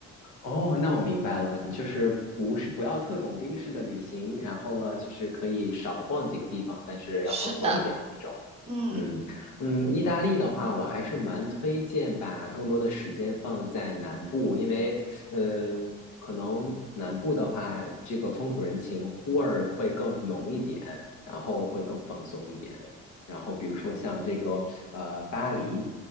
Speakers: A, on the left; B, on the right.
A: 哦，那我明白了，就是不是不要特种兵式的旅行，然后呢，就是可以少逛几个地方，但是要放松一点的那种。
B: 是的，嗯
A: 嗯嗯，意大利的话，我还是蛮推荐把更多的时间放在南部，因为呃，可能南部的话，这个风土人情味儿会更浓一点，然后会更放松一点。然后比如说像这个呃巴黎。